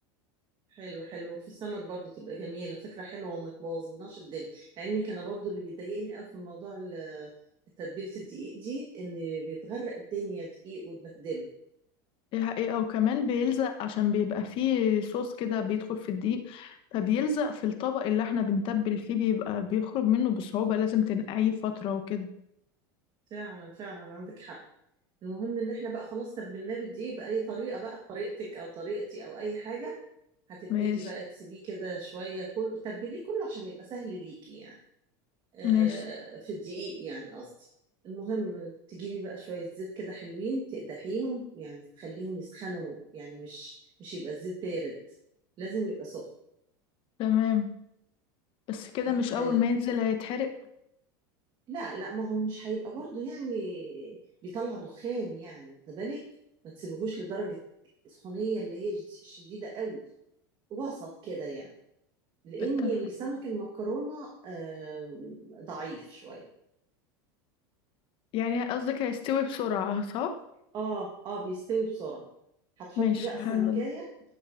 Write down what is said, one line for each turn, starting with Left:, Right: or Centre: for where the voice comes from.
Right: حلو حلو في السمك برضو تبقى جميلة فكرة حلوة وما تبوظلناش الدنيا لعلمك أنا برضو اللي بيضايقني أوي في الموضوع ال- تتبيلة الدقيق دي إن بيتغرق الدنيا دقيق وتبهدله
Left: دي حقيقة وكمان بيلزق عشان بيبقى فيه صوص كده بيدخل في الدقيق فبيلزق في الطبق اللي احنا بنتبل فيه بيبقى بيخرج منه بصعوبة لازم تنقعيه فترة وكده
Right: فعلا فعلا عندك حق المهم إن إحنا بقى خلاص تبلناه بالدقيق بأي طريقة بقى طريقتك أو طريقتي أو أي حاجة هتبتدي
Left: ماشي
Right: بقى تسيبيه كده شوية كل تبليه كله عشان يبقى سهل ليكي يعني آه،
Left: ماشي
Right: في الدقيق يعني قصدي المهم تجيبي بقى شوية زيت كده حلوين تقدحيهم يعني تخليهم يسخنوا يعني مش مش يبقى الزيت بارد لازم يبقى سخن
Left: تمام بس كده
Right: هت
Left: مش أول ما ينزل هيتحرق
Right: لا لا ما هو مش هيبقى برضو يعني بيطلع دخان يعني واخده بالك ما تسيبهوش لدرجة السخونية اللي هي ش- شديدة قوي وسط كده يعني لأن
Left: اتفق
Right: السمك المكرونة آه، ضعيف شوية
Left: يعني قصدك هيستوي بسرعة صح؟
Right: اه اه بيستوي بسرعة هتحطي
Left: ماشي
Right: بقى السمكية
Left: حلو ده